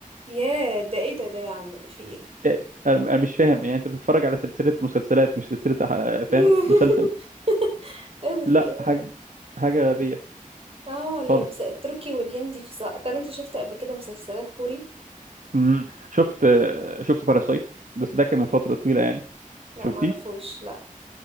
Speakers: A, on the right (about 45°); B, on the right (about 65°).
A: ياه ده ايه ده ده يا عم ده في ايه
B: إيه، انا أنا مش فاهم يعني انت بتتفرج على سلسله مسلسلات مش سلسله أح-
A: <laughs>
B: فاهم مسلسل
A: ايه ده في
B: لا
A: ايه
B: حاجه حاجه غبيه
A: اه اللمس
B: خالص
A: التركي والهندي فظاع طب انت شفت قبل كده مسلسلات كوري
B: امم شفت آه، شفت باراسايت بس ده كان من فتره طويله يعني
A: لا
B: شفتيه
A: ما اعرفوش لا